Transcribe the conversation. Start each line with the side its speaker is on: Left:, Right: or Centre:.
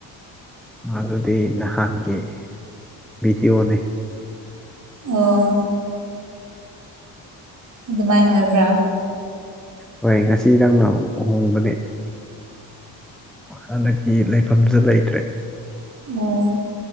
Centre: ꯑꯗꯨꯗꯤ ꯅꯍꯥꯟꯒꯤ ꯚꯤꯗꯤꯑꯣꯅꯤ
Right: ꯑꯣ ꯑꯗꯨꯃꯥꯏꯅ ꯑꯣꯏꯕ꯭ꯔꯥ
Centre: ꯍꯣꯏ ꯉꯁꯤ ꯅꯪꯅ ꯑꯍꯣꯡꯕꯅꯦ ꯍꯟꯗꯛꯀꯤ ꯂꯩꯐꯝꯁꯨ ꯂꯩꯇ꯭ꯔꯦ
Right: ꯑꯣ